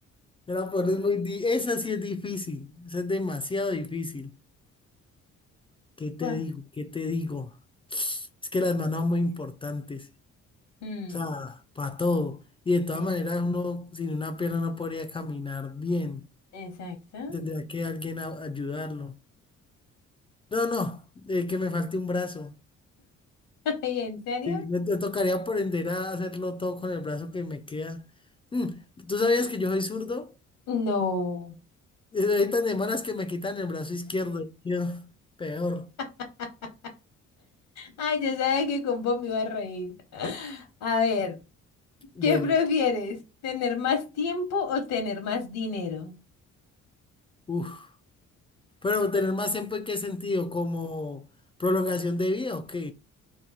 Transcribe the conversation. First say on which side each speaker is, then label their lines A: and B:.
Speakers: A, on the left; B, on the left.
A: la peor es muy di- esa sí es difícil, esa es demasiado difícil. ¿Qué te
B: Pues,
A: digo? ¿Qué te digo? Es que las manos son muy importantes,
B: mm,
A: o sea, para todo. Y de todas
B: sí,
A: maneras uno sin una pierna no podría caminar bien.
B: exacto.
A: Tendría que alguien a- ayudarlo. No, no, eh, que me falte un brazo.
B: <laughs> ¿Y en serio?
A: Sí, me me tocaría aprender a hacerlo todo con el brazo que me queda. Mm, ¿Tú sabías que yo soy zurdo?
B: No.
A: Eh, Hay tan de malas que me quitan el brazo izquierdo. y quedo peor.
B: <laughs> Ay, yo sabía que con vos me iba a reír. <laughs> A ver,
A: Bueno,
B: ¿qué prefieres? ¿Tener más tiempo o tener más dinero?
A: uff. Pero tener más tiempo en qué sentido, como prolongación de vida, ok.